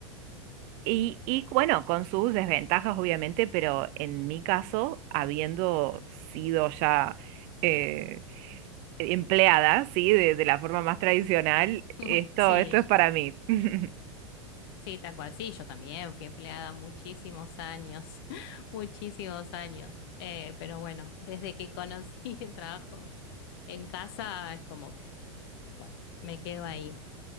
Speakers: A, on the right (about 40°); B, on the left (about 50°).
A: y, y bueno, con sus desventajas obviamente, pero en mi caso, habiendo sido ya... eh, empleada, ¿sí? De, de la forma más tradicional.
B: <laughs>
A: Esto,
B: Sí,
A: esto es para mí. <laughs>
B: Sí, tal cual. Sí, yo también fui empleada muchísimos años, <laughs> muchísimos años. Eh, pero bueno, desde que conocí <laughs> el trabajo en casa es como que, bueno, me quedo ahí.